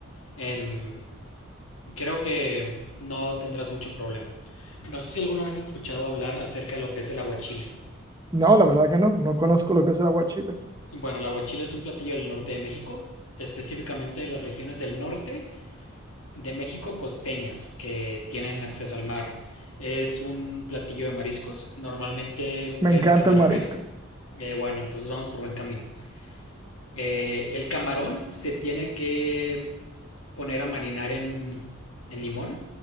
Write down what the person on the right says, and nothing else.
No, la verdad que no, no conozco lo que es el aguachile.
Me
encanta
el marisco.